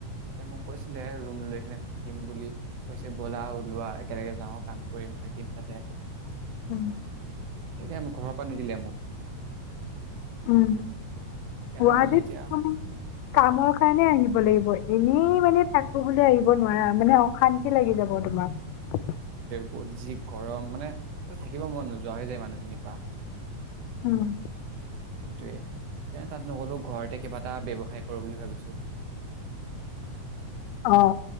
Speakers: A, on the right; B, on the left.
A: তাতে মোক কৈছিল দে ৰুম লৈ কিনে থাকিম বুলি কৈছে ব'লা ওলোৱা একেলগে যাও কাম কৰিম থাকিম তাতে
B: উম
A: তাকে আম ঘৰ পৰা নিদিলে আ মোক
B: উম
A: সেইকাৰণে
B: গুৱাহাটীত
A: ভাবিছো এতিয়া
B: কামৰ কাৰণে আহিব লাগিব এনেই মানে থাক আহিব নোৱাৰা মানে অশান্তি লাগি যাব তোমাক
A: পুজি গৰম মানে থাকিব মন নোযোৱা হৈ যায় মানুহখিনিৰ পৰা
B: উম
A: সেইটোয়ে সেইকাৰণে তাত নগলেও ঘৰতে কিবা এটা ব্যৱসায় কৰোঁ বুলি ভাবিছোঁ <unintelligible>
B: অ